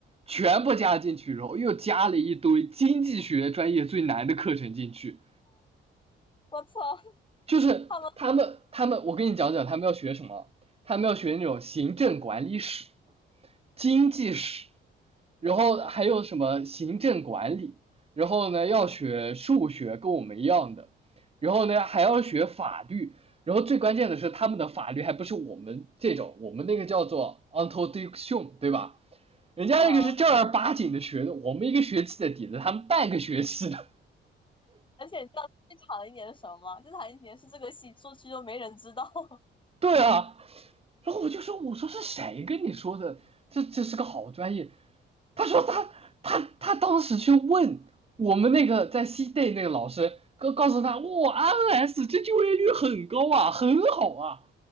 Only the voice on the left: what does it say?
我操！
他们，
嗯，
而且你知道最惨的一年是什么吗？最惨的一年是这个系出去都没人知道。<laughs>